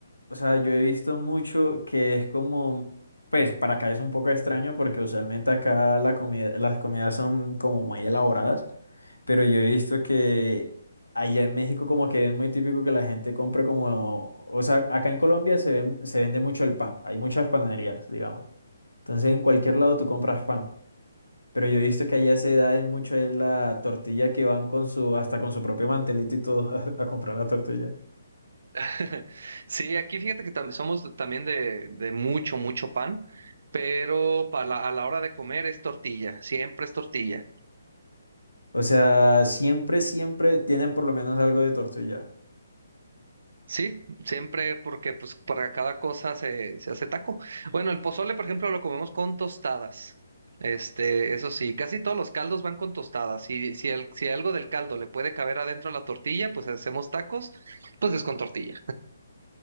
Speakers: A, on the left (about 80°); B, on the right (about 55°).
A: o sea, yo he visto mucho que es como, pues para acá es un poco extraño porque usualmente acá la comida, las comidas son como muy elaboradas, pero yo he visto que allá en México como que es muy típico que la gente compre como, o sea, acá en Colombia se ven- se vende mucho el pan, hay muchas panaderías, digamos. Entonces en cualquier lado tú compras pan, pero yo he visto que allá se da en mucho en la tortilla que van con su, hasta con su propio mantelito y todo <laughs> a, a comprar la tortilla.
B: <laughs> Sí, aquí fíjate que tam- somos también de, de mucho, mucho pan, pero para la- a la hora de comer es tortilla, siempre es tortilla.
A: O sea, siempre, siempre tienen por lo menos algo de tortilla.
B: Sí, siempre porque pues para cada cosa se, se hace taco. Bueno, el pozole, por ejemplo, lo comemos con tostadas. Este, eso sí, casi todos los caldos van con tostadas. Si, si, el- si algo del caldo le puede caber adentro a la tortilla, pues hacemos tacos, pues es con tortilla.